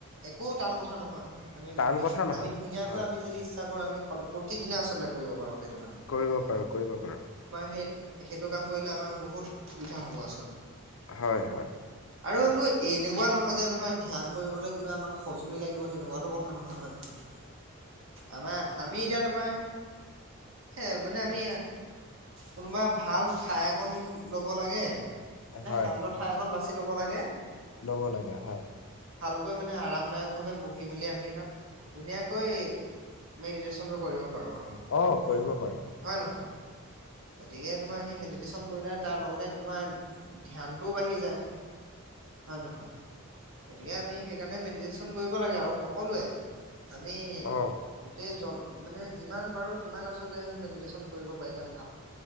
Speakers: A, on the right; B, on the left.
A: একো টান কথা নহয় আমি
B: টান কথা নহয়
A: আমি ধুনীয়াকৈ
B: হয়
A: আমি যদি আমি প্ৰতিদিনে আচলতে কৰিব পাৰো সেই
B: কৰিব পাৰো কৰিব পাৰো
A: সেই সেইটো কাম কৰিলে আমাৰ বহুত সুবিধা হব আচলতে
B: হয় হয়
A: আৰুতো এনেকুৱা নহয় যে তোমাৰ ধ্যান কৰিবলৈ কিবা আমাক সজুলি লাগিব তেনেকুৱাতো কথা নহয় হয় নহয় আমাৰ আমি এতিয়া তোমাৰ এ মানে আমি কোনোবা ভাল ঠাই অকন লব লাগে। মানে
B: হয়
A: সান্দহ ঠাই অকন বাছি ল'ব লাগে।
B: ল'ব লাগে হয়
A: গৈ আৰামদায়ক ভাৱে বহি মেলি আমি তাত ধুনীয়া কৈ মেডিশনটো কৰিব পাৰোঁ আৰু
B: অ কৰিব পাৰা।
A: হয় নহয় গতিকে তোমাৰ সেই মেডিটেশ্যন কৰিলে তাৰ লগতে তোমাৰ ধ্যানটোও বাঢ়ি যায়। হয় নহয় গতিকে আমি সেইকাৰণে মেডিটেশ্যন কৰিব লাগে আৰু সকলোৱে আমি
B: অ'
A: গোটেই জন মানে যিমান পাৰো সিমান আচলতে সটো মেডিটেশচন কৰিব পাৰিলে ভাল